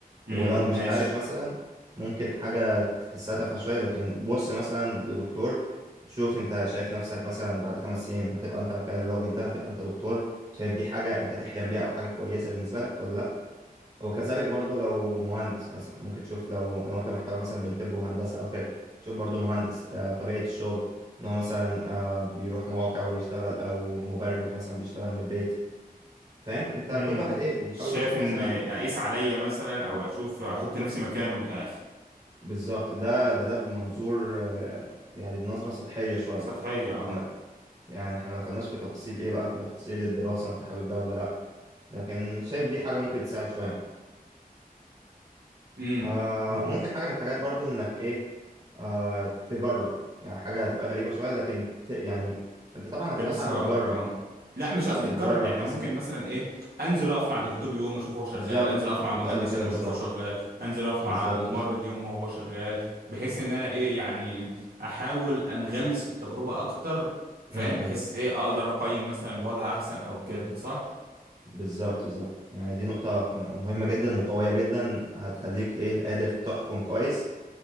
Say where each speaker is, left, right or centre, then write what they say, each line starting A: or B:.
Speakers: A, on the right; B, on the right.
A: امم
B: ولو مش
A: ماشي
B: عارف مثلا ممكن حاجة تحسها تافهة شوية لكن بص مثلا لدكتور شوف انت شايف نفسك مثلا بعد خمس سنين هتبقى انت مكان الراجل ده هتبقى انت دكتور شايف دي حاجة انت تحلم بيها او حاجة كويسة بالنسبة لك ولا لا وكذلك برضو لو مهندس مثلا ممكن تشوف لو لو انت محتار مثلا بين طب وهندسة او كده شوف برضو مهندس آه طبيعة الشغل ان هو مثلا آه بيروح مواقع ويشتغل او مبرمج مثلا بيشتغل من البيت فاهم انت
A: امم
B: كل واحد ايه بيحاول
A: شايف
B: يشوف
A: ان
B: مثلا
A: اقيس عليا مثلا او اشوف احط نفسي مكانه من الاخر
B: بالظبط ده ده ده بمنظور آه، يعني بنظرة سطحية شوية
A: سطحيه اه
B: إحنا- يعني احنا ما دخلناش في تفاصيل ايه بقى في تفاصيل الدراسة انت حابب ده ولا لا لكن شايف دي حاجة ممكن تساعد شوية
A: امم
B: آه
A: اهو
B: ممكن حاجة من الحاجات برضو انك ايه آه تجرب يعني حاجة هتبقى غريبة شوية لكن ت... يعني انت طبعا
A: كنت
B: هتبقى
A: لسه
B: صعب
A: هقول
B: تجرب
A: لك اه لا مش
B: صعب
A: قصدي
B: تجرب
A: تجرب يعني
B: مثلا
A: ممكن مثلا ايه انزل اقف مع دكتور يوم اشوفه هو شغال
B: بالظبط
A: انزل اقف مع
B: كنت
A: مهندس
B: اقول لك كده
A: يوم
B: بالظبط
A: اشوفه هو شغال انزل اقف
B: بالظبط
A: مع ممرض
B: بالظبط
A: يوم وهو شغال بحيث ان انا ايه يعني احاول انغمس في التجربة اكتر فاهم
B: م- م.
A: بحيث ايه اقدر اقيم مثلا الوضع احسن او كده صح
B: بالظبط بالظبط يعني دي نقطة مهمة جدا وقوية جدا هتخليك ايه قادر تحكم كويس